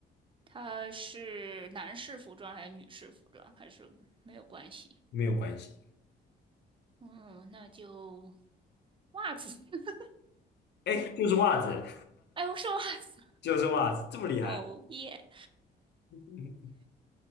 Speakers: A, on the right (about 25°); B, on the left (about 60°).
A: 它是男士服装还是女士服装，还是没有关系？
B: 没有关系。
A: 嗯，那就袜子，<laughs>
B: 哎，就是袜子，
A: 哎，我是袜子，
B: 就是袜子，这么厉害，
A: 哦耶，
B: <laughs> 嗯，